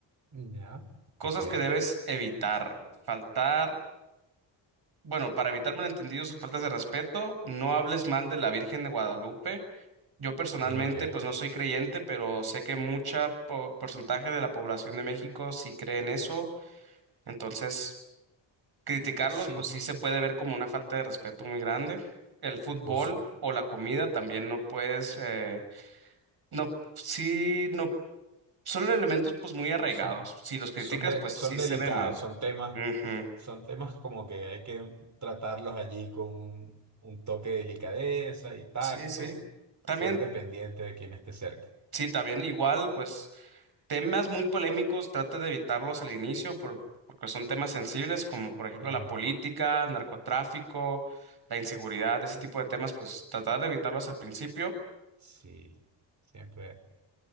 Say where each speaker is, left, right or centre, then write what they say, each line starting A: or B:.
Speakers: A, on the right; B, on the right.
A: Ya,
B: Cosas
A: ok.
B: que debes evitar, faltar Bueno, para evitar malentendidos o faltas de respeto, no hables mal de la Virgen de Guadalupe. Yo personalmente,
A: Ok,
B: pues no soy creyente, pero sé que mucha po- porcentaje de la población de México sí cree en eso. Entonces, criticarlos,
A: sí.
B: pues sí se puede ver como una falta de respeto muy grande. El fútbol
A: Usu-
B: o la comida también no puedes, eh, no, sí, no, son elementos pues muy arraigados.
A: Son,
B: Si los criticas,
A: son, de,
B: pues
A: son
B: sí
A: delicados,
B: se ve mal.
A: son temas,
B: Ujú.
A: son temas como que hay que tratarlos allí con un, un toque de delicadeza y tacto,
B: Sí, sí. También,
A: siempre pendiente de quien esté cerca.
B: sí, también igual, pues. temas muy polémicos, trata de evitarlos al inicio por- porque son temas sensibles, como por ejemplo
A: Claro.
B: la política, el narcotráfico, la inseguridad, ese tipo de temas, pues tratar de evitarlos al principio.
A: Sí, siempre,